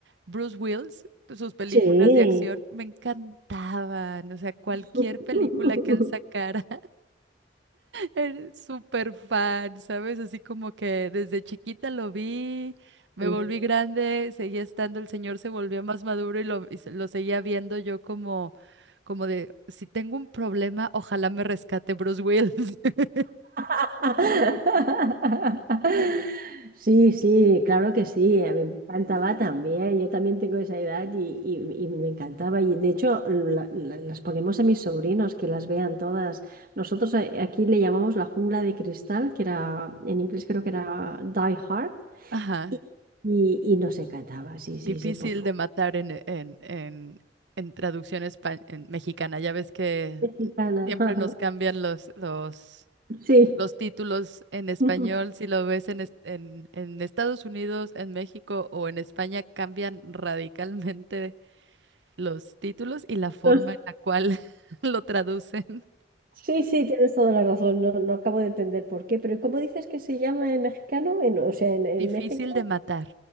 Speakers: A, on the right; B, on the right.
A: Bruce Willis, sus películas
B: sí.
A: de acción me encantaban. O sea, cualquier
B: <laughs>
A: película que él sacara. Eres súper fan, ¿sabes? Así como que desde chiquita lo vi, me
B: Sí.
A: volví grande, seguía estando, el señor se volvió más maduro y lo, y se- lo seguía viendo yo como, como de, si tengo un problema, ojalá me rescate Bruce Willis. <laughs>
B: <laughs> Sí, sí, claro que sí, a mí me encantaba también, yo también tengo esa edad y, y- y me encantaba y de hecho la- la- las ponemos a mis sobrinos que las vean todas. Nosotros eh, aquí le llamamos la jungla de cristal, que era en inglés creo que era Die Hard
A: Ajá,
B: y, y- y nos encantaba, sí, sí,
A: difícil
B: sí, por supuesto.
A: de matar en, en, en, en traducción espa- en mexicana, ya ves que
B: Mexicana,
A: siempre
B: <laughs>
A: nos
B: ajá,
A: cambian los, los,
B: sí.
A: los títulos en español,
B: <laughs>
A: si lo ves en, es- en, en Estados Unidos, en México o en España, cambian <laughs> radicalmente los títulos y la forma
B: Los-
A: en la cual <laughs> lo traducen.
B: Sí, sí, tienes toda la razón. No, no acabo de entender por qué, pero ¿cómo dices que se llama en mexicano? En, o sea, en, en
A: Difícil
B: México,
A: de matar.